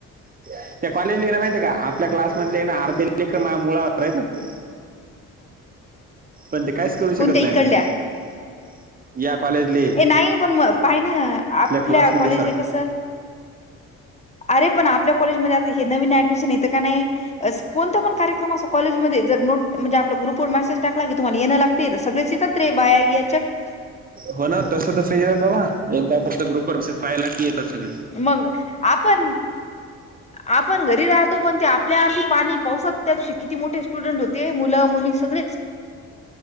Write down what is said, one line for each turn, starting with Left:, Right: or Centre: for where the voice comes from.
Right: <unintelligible> पण ते काहीच करू
Left: कोणत्या
Right: शकत नाही
Left: इकडल्या
Right: या कॉलेजले
Left: ए नाही पण म पाहि ना आपल्या
Right: क्लासमध्ये
Left: कॉलेजले
Right: सर
Left: कसं अरे पण आपल्या कॉलेजमधे ता हे नवीन ऍडमिशन येतं का नाही कोणता पण कार्यक्रम असो कॉलेजमध्ये जर नोट म्हणजे आपलं ग्रुपवर मेसेज लागे तुम्हाला येण लागते सगळ्याचं येतात रे बाया याच्यात
Right: हो ना तस तसंचय बाबा एकदा फक्त ग्रुप वर पाहायला की येतात सगळे
Left: मग आपण, आपण घरी राहतो पण त्या ल्या आधी पाणी पावसात त्या दिवशी किती मोठे स्टुडंट होते मुलं मुली सगळीच